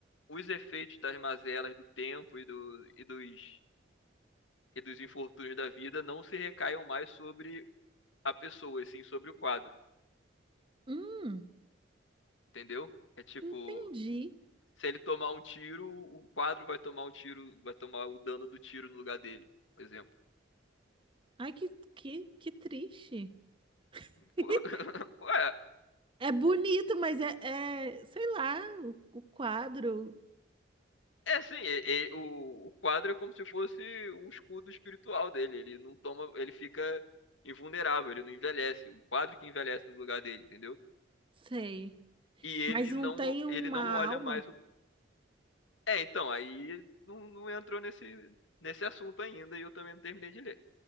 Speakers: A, on the left; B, on the right.
A: os efeitos das mazelas do tempo e, do, e, dos, e dos infortúnios da vida não se recaiam mais sobre a pessoa, e sim sobre o quadro,
B: hum.
A: entendeu? É tipo,
B: Entendi.
A: se ele tomar um tiro, o quadro vai tomar um tiro, vai tomar o dano do tiro no lugar dele, por exemplo.
B: Ai, que, que, que triste.
A: <laughs>
B: <laughs>
A: Ué,
B: É bonito, mas é, é, sei lá, o, o quadro,
A: É assim, é- é- o, o quadro é como se fosse um escudo espiritual dele. Ele não toma, ele fica invulnerável, ele não envelhece. O quadro que envelhece no lugar dele, entendeu?
B: sei.
A: E ele
B: Mas não
A: não,
B: tem uma
A: ele não
B: alma.
A: olha mais o. É, então, aí não, não entrou nesse, nesse assunto ainda e eu também não terminei de ler.